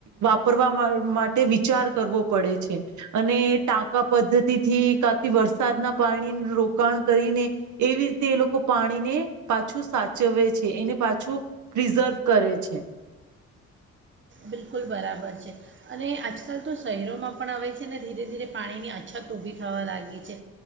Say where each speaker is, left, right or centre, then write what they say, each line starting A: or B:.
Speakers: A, on the right; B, on the right.
A: વાપરવા માટે વિચાર કરવો પડે છે અને ટાંકા પદ્ધતિથી કાથી વરસાદના પાણી રોકાણ કરીને એવી રીતે એ લોકો પાણીને પાછું સાચવે છે એને પાછું પ્રિઝર્વ કરે છે.
B: બિલકુલ બરાબર છે અને આજકાલ તો શહેરોમાં પણ હવે છે ને ધીરે ધીરે પાણીની અછત ઊભી થવા લાગી છે